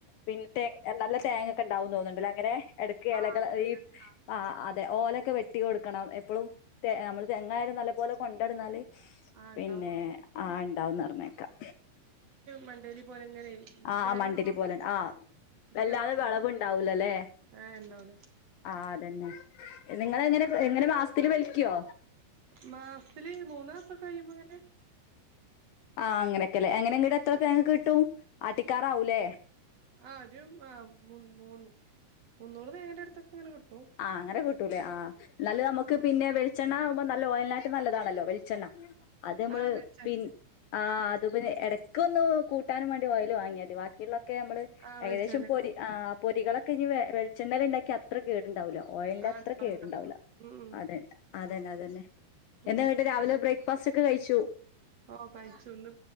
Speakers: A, on the left; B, on the right.
A: പിന്നെ ത നല്ല തേങ്ങ ഒക്കെ ഉണ്ടാവുന്ന് തോന്നുന്നുണ്ടല്ലോ അങ്ങനെ കേലകൾ
B: ആ അതെ അതെ
A: ഈ
B: അതെ
A: ആ അതെ ഓല വെട്ടി കൊടുക്കണം എപ്പോഴും നമ്മള് തെങ്ങായാലും നല്ലപോലെ കൊണ്ടട്ന്നാല്
B: ആ ഉണ്ടാവും
A: പിന്നെ ആ ഉണ്ടാവുന്നർഞ്ഞേക്കാം
B: മണ്ടേരി പോലെ ഇങ്ങനെ
A: ആ
B: തേങ്ങ
A: മണ്ടിരി പോലണ്ട് ആ
B: ഇതിങ്ങനെ
A: വല്ലാതെ വിളവുണ്ടാവൂലല്ലേ
B: ആ ഉണ്ടാവുല്ലേ
A: ആ അതന്നെ നിങ്ങളെങ്ങനെ അങ്ങനെ മാസത്തില് വലിക്കോ
B: മാസത്തില് മൂന്നാസൊക്കെ കഴിയുമ്പങ്ങനെ
A: ആ അനൊക്കല്ലെ ങ്ങനെ ങ്ങട്ട് എത്ര തേങ്ങ കിട്ടും ആട്ടിക്കാറാവൂലേ
B: ആ ഒരു ആ മൂ മൂന്ന് മുന്നൂറ് തേങ്ങൻ്റടുത്തൊക്കെങ്ങനെ കി
A: ആഹ് ങ്ങനെ കട്ടൂലേ ആഹ് നല്ല നമുക്ക് പിന്നെ വെിച്ചെണ്ണകുമ്പ നല്ല ഓ യൽനാട്ടി നല്ലതാണല്ലോ ച്ചെണ്ണ അത് നമ്മള്
B: ആ വെളിച്ചെ
A: പിന്ന ആ അത് പിന്നെ എടക്ക്ന്ന് കൂട്ടാനും വേണ്ടി ഓയിൽ വാങ്ങ്യാതി ബാക്കിയുള്ള ക്കെ നമ്മള്
B: ആ വെളിച്ചെണ്ണ
A: ഏകദേശം പൊരി പൊരികളൊക്കെ ഇ വെളിച്ചെണ്ണയില് ണ്ടാക്കി അത്ര കേട ണ്ടാവില്ല ഓയിലിന്റെ
B: ആ
A: അത്ര കേടുണ്ടാവില്ല
B: ഉണ്ടാവും ഉണ്ടാവും ഉം ഉം
A: അതെ അതന്നെ അതന്നെ എന്തന്ങ്ങട്ട്
B: ഉം
A: രാവിലെ ബ്രേക്ക്‌ ഫാസ്റ്റൊക്കെ കഴിച്ചു
B: ഓ കഴിച്ചു ഇന്ന്